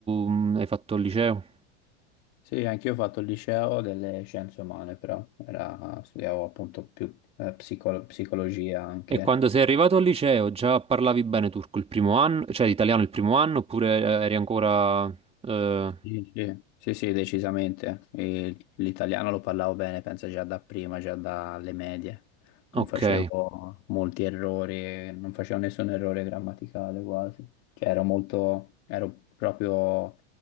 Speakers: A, on the right; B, on the left.
A: mh, hai fatto il liceo?
B: Sì, anch'io ho fatto il liceo delle scienze umane, però era- studiavo appunto più eh, psicolo- psicologia anche,
A: E quando sei arrivato al liceo già parlavi bene turco il primo anno, cioè italiano il primo anno, oppure eh, eri ancora... eh,
B: Sì, sì, Sì, sì, decisamente. E L'italiano lo parlavo bene, penso già da prima, già dalle medie.
A: ok,
B: Non facevo molti errori, non facevo nessun errore grammaticale quasi. Cioè ero molto, ero proprio,